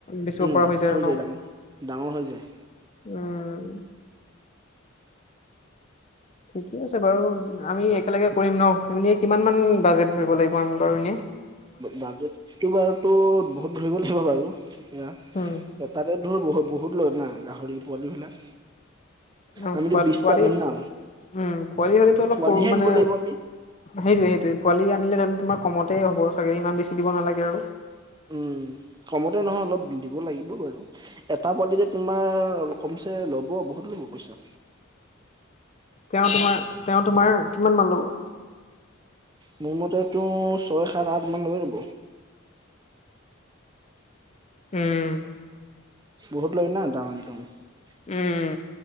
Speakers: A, on the left (about 35°); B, on the right (about 20°).
A: বেচিব
B: উম
A: পৰা হৈছে আৰু
B: হৈ
A: ন
B: যায় ডাঙৰ ডাঙৰ হৈ যায়
A: উম ঠিকে আছে বাৰু, আমি একেলগে কৰিম ন এম কিমান মান বাজেট ভৰিব লাগিব। <unintelligible> বাৰু এনে।
B: বাজেটতটো বাৰুতো, বহুত ধৰিব লাগিব বাৰু। এতিয়া,
A: উম
B: তাতে ধুত বহুত লয় না গাহৰি পোৱালি বিলাক।
A: অ'
B: আমিতো
A: পোৱালি,
B: বিশটা
A: পোৱালি
B: আনিম
A: উম,
B: না
A: পোৱালি হ'লেতো অলপ
B: পোৱালিহে
A: সৰু
B: আনিব
A: মানে,
B: লাগিব আমি
A: সেইটোয়ে সেইটো পোৱালি িলে ধ তোমাৰ কমতেই হ'ব চাগে ইমান বেছি দিব নালাগে আৰু।
B: উম কমতে নহয় অলপ দিব লাগিব বাৰু, এটা পোৱালিতে তোমাৰ অলপ কমছে ল'ব বহুত লব পইচা।
A: তেওঁ তোমাৰ, তেওঁ তোমাৰ, কিমান মান ল'ব?
B: মোৰ মতেতো ছয় সাত আঠ মান লৈ ল'ব
A: উম।
B: বহুত লয় <unintelligible>
A: উম।